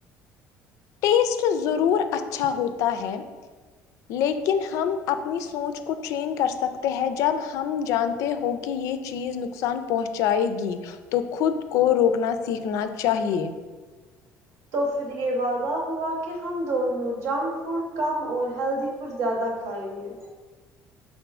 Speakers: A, on the left; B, on the right.
A: ٹیسٹ ضرور اچھا ہوتا ہے لیکن ہم اپنی سوچ کو ٹریین کر سکتے ہیں جب ہم جان تے ہو کہ یہ چیز نقصان پہنچائے گی تو خود کو روکنا سیکھنا چاہیے
B: تو پھر یہ وعدہ ہوا کہ ہم دونوں جنک فوڈ کم اور ہیلدی فوڈ زیادہ کھائیں گے